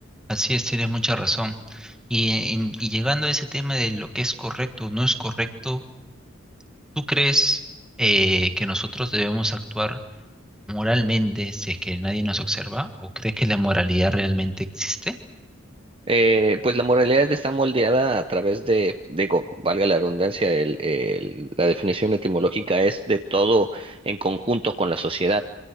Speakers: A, in the centre; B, on the right.
A: así es, tienes mucha razón. Y, en- y llegando a ese tema de lo que es correcto o no es correcto, ¿tú crees eh, que nosotros debemos actuar moralmente si es que nadie nos observa? ¿O crees que la moralidad realmente existe?
B: Eh, pues la moralidad está moldeada a través de, digo, valga la redundancia, el- el- la definición etimológica es de todo en conjunto con la sociedad,